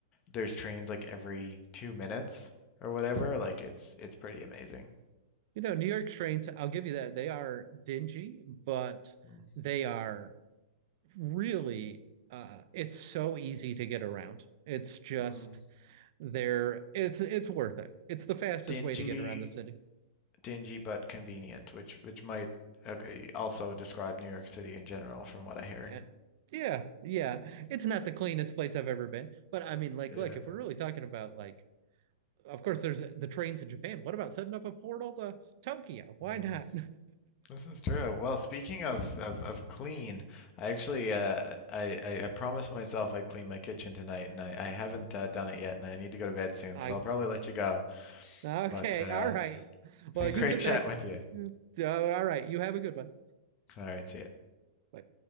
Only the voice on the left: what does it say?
there's trains like every two minutes or whatever, like it's it's pretty amazing.
Mm,
mm.
Dingy
dingy but convenient, which which might uh, also describe New York City in general, from what I hear.
Yeah,
mm,
this is true. Well, speaking of, of, of clean, I actually uh, I, I I promised myself I'd clean my kitchen tonight, and I, I haven't
uh, done it yet, and I need to go to bed soon,
so I'll probably let you go.
But uh,
it's
been
great
<laughs> chatting
with you.
All right, see ya.